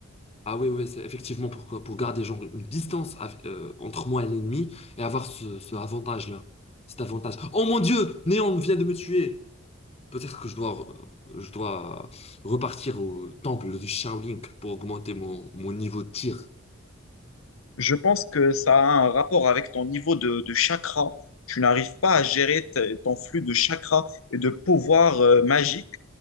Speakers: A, on the left; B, on the left.
A: Ah oui, oui, c'est effectivement pour, pour garder genre une distance av- euh, entre moi et l'ennemi et avoir ce, ce avantage-là. Cet avantage. Oh mon Dieu! Néon vient de me tuer! Peut-être que je dois, re- je dois repartir au temple de Shaolin pour augmenter mon, mon niveau de tir.
B: Je pense que ça a un rapport avec ton niveau de, de chakra. Tu n'arrives pas à gérer t- ton flux de chakra et de pouvoir euh, magique.